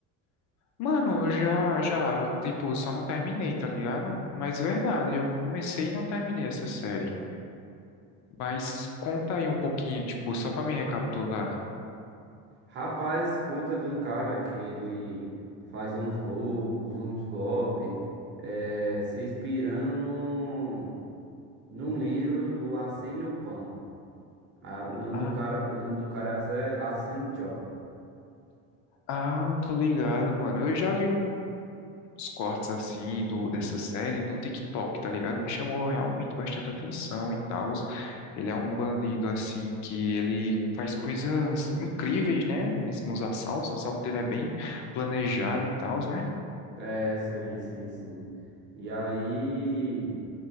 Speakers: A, on the left; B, on the right.
A: Mano, eu já, já, tipo, só não terminei, tá ligado? Mas verdade, eu comecei e não terminei essa série. Mas conta aí um pouquinho, tipo, só pra me recapitular.
B: Rapaz, conta de um cara que ele faz uns roubos, uns golpes, eh, se inspirando num, num livro do Arsène Lupin. Ah, o nome
A: Ah,
B: do cara, o nome do cara é Arsène Arsène Job.
A: ah, tô ligado, mano. Eu já vi um. um uns cortes assim do, dessa série no TikTok, tá ligado? Me chamou realmente bastante atenção e tal. Ele é um bandido assim que ele faz coisas incríveis, né? Nesse- Nos assaltos, o assalto dele é bem planejado e tal, né?
B: É, sim, sim, sim. E aí.